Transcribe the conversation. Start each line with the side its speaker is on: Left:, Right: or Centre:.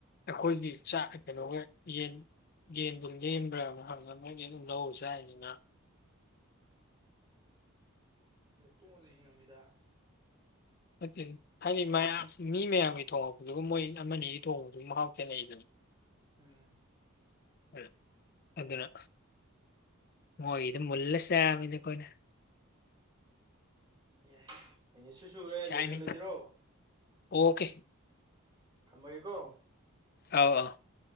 Left: ꯑꯩꯈꯣꯏꯗꯤ ꯆꯥꯛ ꯀꯩꯅꯣꯒ ꯌꯦꯟ ꯌꯦꯟꯗꯨ ꯂꯦꯝꯕ꯭ꯔꯥꯅ ꯍꯪ ꯃꯣꯏꯗꯤ ꯑꯗꯨꯝ ꯂꯧ ꯆ ꯍꯥꯏꯅꯤꯅ
Right: ꯇꯨꯃꯅꯤ ꯑꯃꯃꯤꯗꯥ
Left: ꯐꯀꯦ ꯍꯥꯏꯗꯤ ꯃꯌꯥꯝ ꯃꯤ ꯃꯌꯥꯝꯒꯤ ꯊꯣꯡꯂꯛꯄꯗꯨꯒ ꯃꯣꯏ ꯑꯃꯅꯤ ꯑꯒꯤ ꯊꯣꯛꯣꯡꯕꯗꯨ ꯃꯍꯥꯎ ꯆꯅꯩꯗꯅꯤ
Right: ꯎꯝ
Left: ꯎ ꯑꯗꯨꯅ ꯃ ꯏꯗꯤ ꯃꯂꯁꯦ ꯏꯗꯤ ꯀꯣꯏꯅ
Right: ꯌꯥꯏ ꯃꯤꯅꯤꯠꯁꯨ ꯁꯨꯔꯦ
Left: ꯆꯥꯏꯃꯤ
Right: ꯂꯣꯏꯁꯤꯜꯂꯁꯤꯔꯣ
Left: ꯑꯣꯀꯦ
Right: ꯊꯃꯒꯀꯣ
Left: ꯑꯥꯎ ꯑꯥꯎ